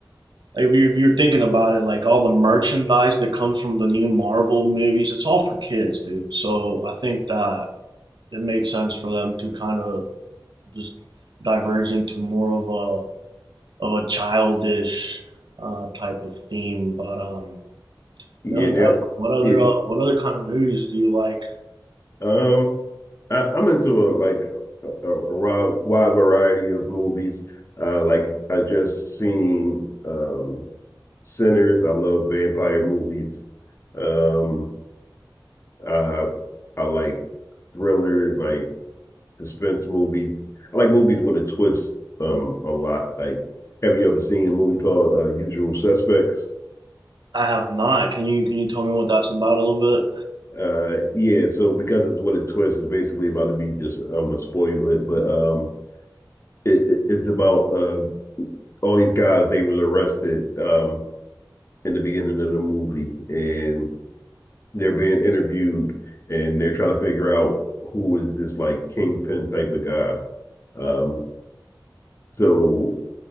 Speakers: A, on the right; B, on the left.
A: if you- if you're thinking about it, like all the merchandise that comes from the new Marvel movies, it's all for kids, dude. So I think that it makes sense for them to kind of just diverge into more of a of a childish uh, type of theme. But um,
B: You
A: no,
B: know,
A: definitely. What other
B: yeah,
A: uh, what other kind of movies do you like?
B: um, I, I'm into a, like a, a wide, wide variety of movies. Uh, like I just seen um, Sinners. I love vampire movies. Um, uh, I like thriller, like suspense movies. I like movies with a twist um a lot. Like, have you ever seen a movie called uh, Usual Suspects?
A: I have not. Can you can you tell me what that's about a little bit?
B: Uh, yeah. So because it's what a twist, it's basically about to be just. I'm gonna spoil it, but um, it, it it's about uh all these guys. They was arrested um in the beginning of the movie, and they're being interviewed, and they're trying to figure out who is this like kingpin type of guy. Um, so